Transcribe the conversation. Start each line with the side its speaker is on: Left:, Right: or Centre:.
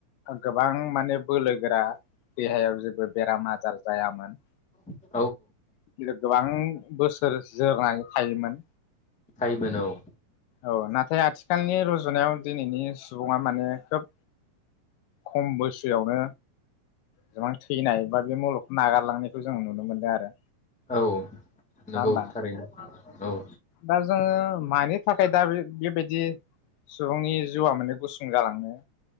Left: गोबां माने बोलोगोरा देहायाव जेबो बेराम आजार जायामोन।
Centre: <unintelligible>
Left: गिलिर गोबां बोसोर जोरनानै थायोमोन।
Centre: हायोमोन औ
Left: औ नाथाय आथिखालनि रुजुनायाव दिनैनि सुबुङा माने खोब खम बैसोआवनो गोबां थैनाय बा बे मुलगखौ नागारलांनायखौ जों नुनो मोनदों आरो
Centre: औ
Left: नङा
Centre: नंगौ
Left: होमबा
Centre: थारैनो औ
Left: दा जोङो मानि थाखाय दा बेबायदि सुबुंनि जिउआ माने गुसुं जालांङो